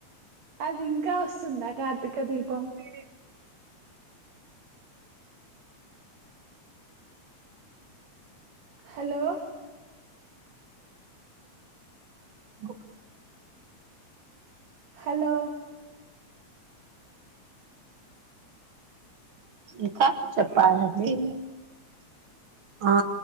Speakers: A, on the right; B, on the right.
A: అది ఇంకా వస్తుందా కార్తీక దీప
B: సరే
A: హలో
B: ఓకే
A: హలో
B: ఇంకా చెప్పాల లే అండీ ఆ